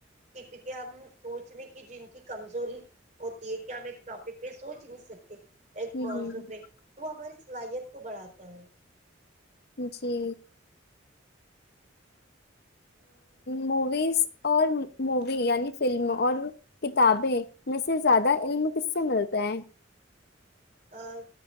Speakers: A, on the right (about 40°); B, on the left (about 55°).
A: کہ کیونکہ ہم سوچنے کہ جن کی کمزوری ہوتی ہے کیا ہم ایک ٹاپک پہ سوچ نہیں سکتے ایک
B: ہ
A: موضوع پہ تو وہ ہماری صلاحیت کو بڑھاتا ہےوں
B: جی موویز اور مووی یعنی فلم اور کتابیں میں سے زیادہ علم کس سے ملتا ہے
A: اور